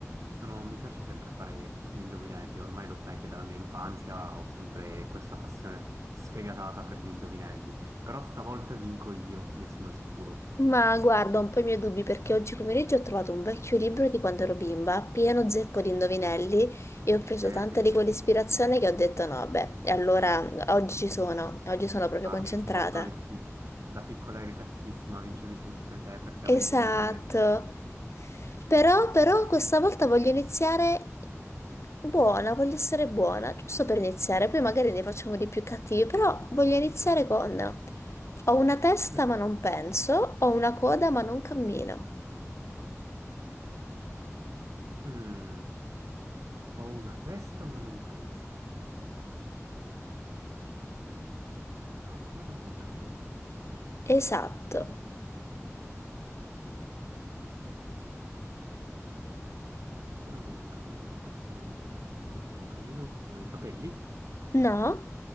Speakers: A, on the right; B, on the left.
A: sono- mi piace sempre fare gli indovinelli. Ormai lo sai che dalla mia infanzia ho sempre questa passione sfegatata per gli indovinelli. Però stavolta vinco io, ne sono sicuro.
B: Ma guarda, ho un po' i miei dubbi perché oggi pomeriggio ho trovato un vecchio libro di quando ero bimba, pieno zeppo di indovinelli, e ho preso
A: Eh,
B: tanta
A: te le
B: di
A: sei
B: quell'ispirazione
A: studiate tu.
B: che ho detto
A: Ecco.
B: no, beh, e allora oggi ci sono, oggi sono proprio
A: Ah,
B: concentrata.
A: mi ricordo, eh, sì, da piccola eri cattivissima, vincevi sempre te perché
B: Esatto.
A: avevi degli indovinelli assurdi.
B: Però, però
A: Eh,
B: questa volta voglio iniziare buona, voglio essere buona, giusto per iniziare,
A: ok.
B: poi magari ne facciamo di più cattivi, però voglio iniziare con ho una testa
A: Mm.
B: ma non penso, ho una coda ma non cammino.
A: Mm. Ho una testa ma non penso. Ho una coda ma non cammino.
B: Esatto.
A: Mm. Ho una coda ma non cammino, una testa ma non penso, una coda ma non cammino. Sono i capelli?
B: No?